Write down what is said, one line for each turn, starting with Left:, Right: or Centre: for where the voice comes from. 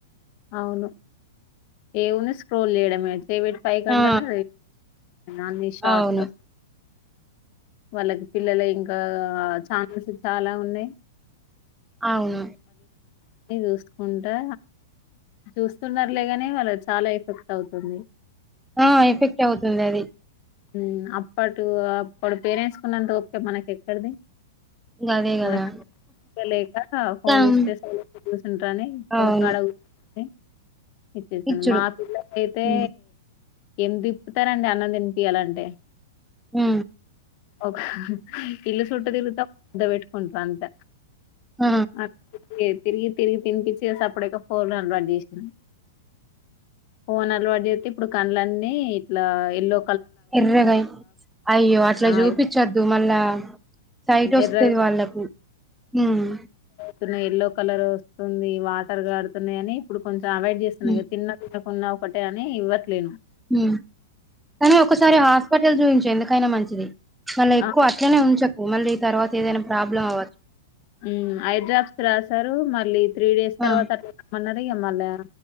Left: అవును ఏవున్న స్క్రోల్ చేయడమే చెయ్యి పెట్టి పై కంటరు
Centre: ఆ
Left: అన్ని షార్ట్స్
Centre: అవును
Left: వాళ్ళకి పిల్లలు ఇంకా ఛాన్స్ చాలా ఉన్నాయి
Centre: అవును
Left: అన్ని చూసుకుంటా చూస్తున్నార్లేగాని వాళ్ళక్ చాలా ఎఫెక్ట్ అయితుంది
Centre: ఆ ఎఫెక్టే అవుతుంది అది
Left: మ్ అప్పడు అప్పుడు పేరెంట్స్ కున్నంత ఓపిక మనకేక్కడిది
Centre: గదే గదా
Left: మనక్ <unintelligible> లేక ఫోన్
Centre: కం
Left: ఇస్తే సైలెంగా కూసుంటారాని
Centre: అవును
Left: ఒకకాడ కుకొని ఇచ్చేసాను
Centre: ఇచ్చుడు
Left: మా పిల్లకైతే
Centre: హ్మ్
Left: ఏం తిప్పుతారండి అన్నం తినిపియాలంటే
Centre: ఆ
Left: ఒక ఇళ్ళు సుట్టు తిరుగుతే ఒక ముద్ద పెట్టుకుంటారు అంత
Centre: ఆ
Left: అట్లే తిరిగి తిరిగి తినిపిచ్చి ఇగ సప్పుడేక ఫోన్ అలవాటు చేసిిన ఫోన్ అలవాటు చేతే ఇప్పుడు కళ్డ్లన్నీ ఇట్లా ఎళ్ళో
Centre: ఎర్రగై అయ్యో అట్లా
Left: ఆ
Centre: చూపించోద్దు మళ్ళా సైట్ వస్తది
Left: ఎర్రగా
Centre: వాళ్ళకు మ్
Left: స్తున్నాయ్ ఎల్లో కలర్ వస్తుంది వాటర్ కారుతున్నాయని ఇప్పుడు కొంచెం అవాయిడ్ చేస్తున్నా
Centre: హ్మ్
Left: ఇగ తిన్న తిన ఉన్నా ఒకటే అని ఇవ్వట్లేను
Centre: హ్మ్ కానీ ఒకసారి హాస్పిటల్ చూయించు ఎందుకైనా మంచిది మళ్ళీ ఎక్కువ
Left: ఆ
Centre: అట్లనే ఉంచకు మళ్ళీ ఈ తర్వాత ఏదైనా ప్రాబ్లమ్ అవ్వచ్
Left: మ్ హేడ్రప్స్ రాసారు మళ్ళీ త్రీ డేస్ తర్వాత
Centre: ఆ
Left: రమ్మన్నారు ఇగ మళ్ళీ